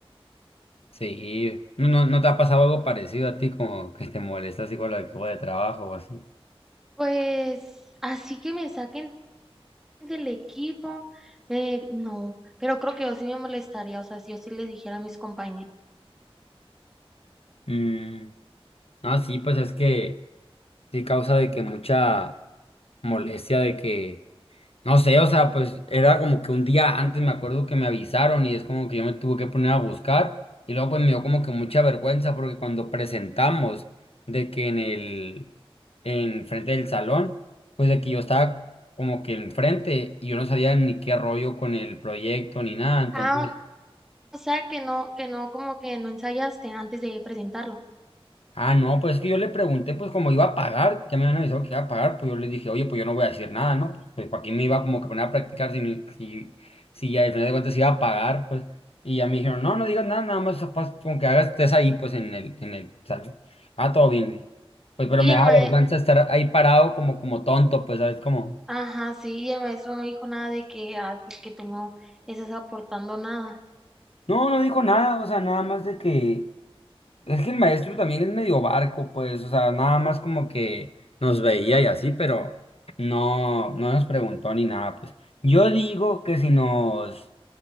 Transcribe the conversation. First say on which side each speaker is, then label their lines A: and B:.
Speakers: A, on the left; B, in the centre.
A: Sí, ¿no, no no te ha pasado algo parecido a ti como que te molesta así con el equipo de trabajo o así?
B: Pues así que me saquen del equipo, eh, no, pero creo que yo sí me molestaría, o sea, si yo sí le dijera a mis compañeros.
A: Mm, ah, sí, pues es que sí causa de que mucha molestia de que No sé, o sea, pues era como que un día antes me acuerdo que me avisaron y es como que yo me tuve que poner a buscar y luego pues me dio como que mucha vergüenza porque cuando presentamos de que en el, en frente del salón, pues de que yo estaba como que enfrente y yo no sabía ni qué rollo con el proyecto ni nada, entonces
B: Ah, o sea, que no, que no, como que no ensayaste antes de presentarlo.
A: Ah, no, pues es que yo le pregunté, pues como iba a pagar, ya me habían avisado que iba a pagar, pues yo le dije, oye, pues yo no voy a decir nada, ¿no? Pues, pues para qué me iba como que poner a practicar si, si, si al final de cuentas iba a pagar, pues. Y ya me dijeron, no, no digas nada, nada más haz- con que hagas, estés ahí, pues en el, en el salón. Ah, todo bien, le dije. Pues pero
B: Y
A: me
B: el
A: da
B: ma.
A: vergüenza estar ahí parado como, como tonto, pues, ¿sabes? Como,
B: ajá, sí, y el maestro no dijo nada de que, ay, pues que tú no estás aportando nada.
A: no, no dijo nada, o sea, nada más de que. Es que el maestro también es medio barco, pues, o sea, nada más como que nos veía y así, pero no, no nos preguntó ni nada, pues. Yo digo que si nos,